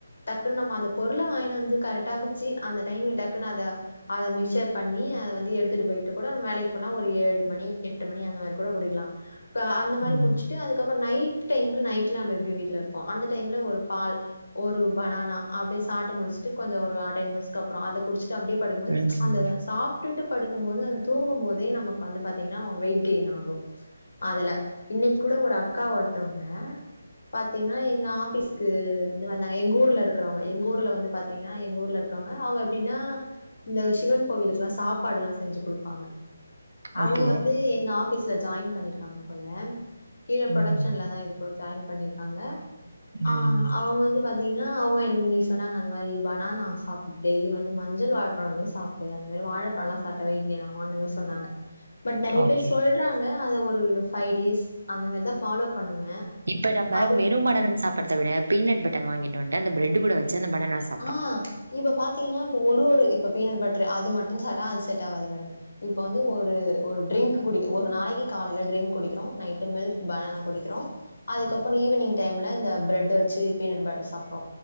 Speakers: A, on the left (about 70°); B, on the right (about 80°).
A: டக்குன்னு நம்ம அந்த பொருள வாங்கிட்டு வந்து கரெக்டா வச்சு அந்த டைம்ல டக்குன்னு அத அத மிக்சர் பண்ணி அத வந்து எடுத்துட்டு போய்ட்டு கூட நம்ம வேலைக்கு போனா ஒரு ஏழு மணி எட் எட்டுமணி அந்த மாரி கூட குடிக்கலா இப்ப அந்த மாரி
B: ம்.
A: ட்டு அதுக்கு அப்புறோ நைட்டு டைம்ல நைட்ல நம்ம எப்டியு வீட்டுல இருப்போ அந்த டைம்ல ஒரு பால் ஒரு பனானா அப்டியே சாப்ட்டு முடிச்சுட்டு கொஞ்சோ ஒரு டென் மினிட்ஸ்கு அப்புறோ அத குடிச்சுட்டு அப்டியே படுக்கும் போதும்
B: ம்.
A: அந்த சாப் ட்டுட்டு படுக்கும் போது அது தூங்கும் போதே நமக்கு வந்து பாத்தீங்கன்னா வெயிட் கெயின் ஆகு அதுல இன்னைக் கூட ஒரு அக்கா ஒருத்தவங்க பாத்தீங்கன்னா எங்க ஆஃபீஸ்க்கு வந்து வந்தாங்க எங்க ஊர்ல இருக்கிறவுங்க எங்க ஊர்ல வந்து பாத்தீ பாத்தீங்கன்னா எங்க ஊர்ல இருக்கவங்க அவங்க எப்டின்னா இந்த சிவன் கோவிலுக்ல்லா சாப்பாடுல்லா செஞ்சு கொடுப்பாங்க அவுங்க
B: ஓகே.
A: வந்து எங்க ஆஃபீஸ்ல ஜாயின் பண்ணிருக்காங்க போல கீழ புரொடக்ஷன்ல
B: ம்.
A: தா எதுக்கோ ஜாயின் பண்ணிருக்காங்க ஆ
B: ம்.
A: அவுங்க வந்து பாத்தீங்கன்னா அவங்க எனக்கு இன்னக்கி சொன்னாங்க அந்த மாரி பனானா சாப்டு டெய்லி வந்து மஞ்சள் வாழப்பழமே சாப்டு தே அந்த மாரி வாழப்பழோல்லா சாப்ட்டா வெயிட் கெயின் ஆவு அந்த மாரி சொன்னாங்க பட் நிறைய
B: ஓகே.
A: பேர் சொல்றாங்க அத ஒரு ஃபைவ் டேஸ் அந்த மாரிதா ஃபாலோ பண்ணுவே
B: இப்ப நம்ப
A: அது
B: வெறும் பனானவ சாப்புடுறத விட பீனட் பட்டன் வாங்கிட்டு வந்துட்டு அந்த பிரெட் கூட வச்சு அந்த பனானாஸ்
A: ஆஹ் இப்ப பாத்தீங்கன்னா இப்ப ஒரு ஒரு இப்ப பீனட் பட்டரு அது மட்டு சாப்ட்டா அது செட் ஆவாது மேடம் இப்ப வந்து ஒரு ஒரு ட்ரிங்க்கு குடிக்கு ஒரு நாளைக்கு காலையில ட்ரிங்க் குடிக்கிறோ நைட்டு மில்க் பனானா குடிக்கிறோ அதுக்கப்புறோ ஈவினிங் டைம்ல இந்த பிரெட்ட வச்சு பீனட் பட்டரு சாப்புறோ